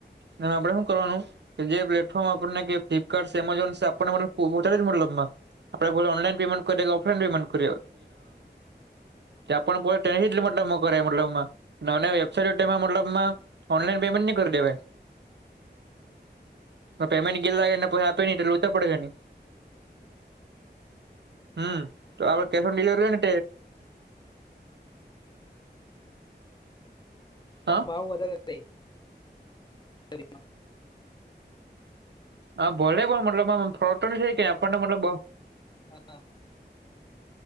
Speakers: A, on the right (about 75°); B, on the left (about 25°).
A: એ આપડે શું કરવાનું. કે જે પ્લેટફોર્મ આપણને કે ફ્લિપકાર્ટ એમેઝોન આપણને મતલબ પહોંચાડે છે મતલબમાં. આપડે લો ઓનલાઈન પેમેન્ટ કરી કે ઓફલાઇન પેમેન્ટ કરીએ ત્યાં પણ તે મતલબ કરે મતલબમાં વેબસાઇટ એમાં મતલબમાં ઓનલાઈન પેમેન્ટ ને કરી દેવાય. પર પેમેન્ટ ગેલ લાગે, પછી આપે નહી તો, લોચા પડે જાય ને. હમ તો આપડે કેશ ઓન ડિલિવર હોય ને હા
B: ભાવ વધારે <unintelligible>
A: આ ભલે પણ મતલબ ફરી નઈ કે આપણને મતલબ
B: હા